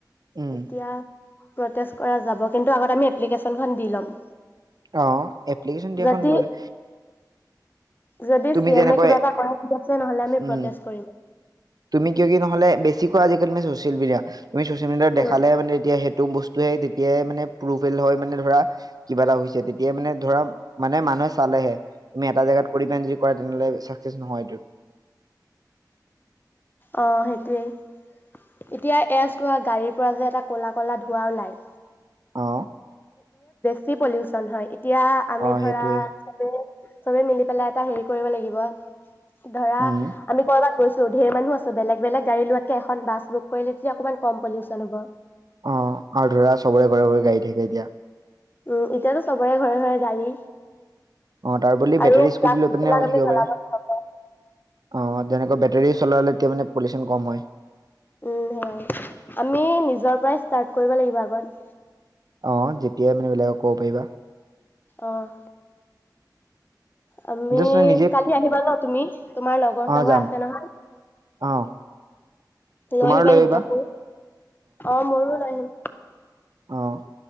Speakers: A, on the right; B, on the left.
A: উম
B: তেতিয়া প্ৰটেজ কৰা যাব কিন্তু আগতে আমি এপ্লিকেচন খন দি ল'ম
A: অ এপ্লিকেচন দিয়াখন
B: যদি
A: দিবলৈ
B: যদি
A: তুমি
B: চি
A: যেনেকৈ
B: এম এ কিবা এটা কৰে আমি
A: উম
B: প্ৰটেষ্ট কৰিম।
A: তুমি কিয় কি নহ'লে বেছি এনেকুৱা আজিকালি মানে চছিয়েল মিডিয়া তুমি ছ'চিয়েল মিডিয়াত দেখালে
B: উম,
A: মানে এতিয়া সেতি হেটো বস্তুৱে তেতিয়াই মানে প্ৰুফেল হয় মানে ধৰা কিবা এটা হৈছে তেতিয়াই মানে ধৰা মানে মানুহে চালেহে তুমি এটা জেগাত কৰি পেনে যদি কৰা তেনেহলে চাকচেছ নহয় এইটো
B: অহ সেইটোৱেই এতিয়া এহ চোৱা গাড়ীৰ পৰা যে এটা কলা ক'লা ধোৱা ওলাই
A: অ
B: কি পলিউচন হয় এতিয়া আমি
A: অ
B: ধৰা
A: সেইটোৱে
B: চবে চবে মিলি পেলাই এটা হেৰি কৰিব লাগিব ধৰা
A: উম
B: আমি কৰ'বাত গৈছো ঢেৰ মানুহ আছে বেলেগ বেলেগ গাড়ী লোৱাতকে এখন বাছ বুক কৰিলে তেতিয়া অকণমান কম পলিউচন হ'ব।
A: অহ আৰু ধৰা চবৰে ঘৰে ঘৰে গাড়ী থাকে এতিয়া
B: উম এতিয়াতো চবৰে ঘৰে ঘৰে গাড়ী
A: অহ তাৰ বদলি বেটৰী
B: আৰু
A: স্কুটি
B: প্লাষ্টিকবিলাক
A: লৈ পিনে থাকিব
B: আমি জ্বলাব
A: পাৰে,
B: নালাগে
A: অহ যেনেকুৱা বেটৰী চলালে এতিয়া মানে পলিউশন কম হয়।
B: উম সেয়াই আমি নিজৰ পৰাই ষ্টাৰ্ট কৰিব লাগিব আগত
A: অহ যেতিয়াই মানে বেলেগক ক'ব পাৰিবা।
B: অহ আমি
A: জাষ্ট নিজে
B: কালি আহিবা ন তুমি তোমাৰ লগৰ
A: অ
B: চাগৰ
A: যাম
B: আছে নহয়
A: অ
B: লৈ
A: তোমাৰো
B: আহিবা‌ সিহঁতকো।
A: আহিবা
B: অহ মোৰো লৈ আহিম।
A: অহ